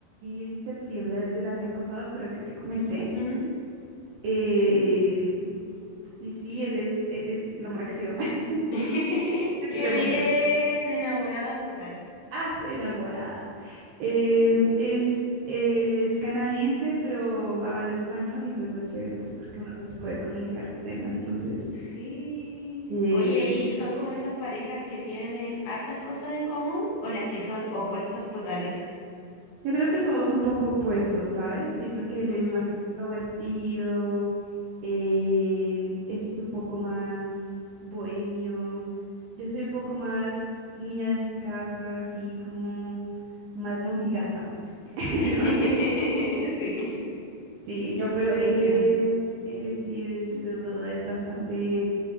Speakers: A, on the right; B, on the left.
A: en septiembre del año pasado, creo que te comenté.
B: ujú,
A: Eh,
B: sí.
A: y sí, él es, él es lo máximo. <laughs>
B: <laughs>
A: Lo
B: Qué
A: quiero
B: bien,
A: mucho.
B: enamorada total.
A: Ah, enamorada. Eh,
B: Qué bien.
A: es, eh, es canadiense, pero habla español y eso es lo chévere, pues porque uno se puede comunicar con él, ¿no? Entonces...
B: Sí.
A: eh,
B: Oye, ¿y son como esas parejas que tienen hartas cosas en común o las que son opuestos totales?
A: Yo creo que somos un poco opuestos, ¿sabes? Siento que él
B: Mm.
A: es más extrovertido, eh, es un poco más bohemio. Yo soy un poco más niña de mi casa, así como más monjigata. <laughs> Entonces,
B: <laughs> Sí,
A: sí, no, pero
B: lo entiendo.
A: él es, él es, sí, es, es bastante,